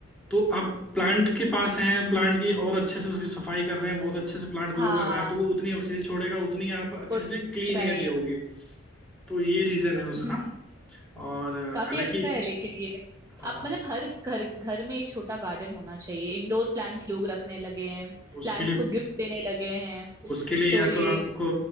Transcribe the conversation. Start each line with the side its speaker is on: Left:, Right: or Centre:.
Centre: तो आप प्लांट के पास हैं प्लांट की और अच्छे से उसकी सफाई कर रहे हैं बहुत अच्छे से प्लांट
Right: हाँ
Centre: ग्रो कर रहा है तो वो उतनी ऑक्सीजन छोड़ेगा उतनी आप अच्छे
Right: ऑकूट
Centre: से क्लीन
Right: राइट
Centre: एयर लोगे तो ये रीजन है उसका
Right: हम्म
Centre: और
Right: काफी
Centre: हालांकि
Right: अच्छा है लेकिन ये
Centre: हाँ
Right: आप मतलब हर घर घर में एक छोटा गार्डन होना चाहिए इंडोर प्लांट्स लोग रखने लगे हैं
Centre: उसके
Right: प्लांट्स
Centre: लिए
Right: को गिफ्ट देने लगे हैं
Centre: उसके लिए
Right: तो
Centre: या
Right: ये
Centre: तो आपको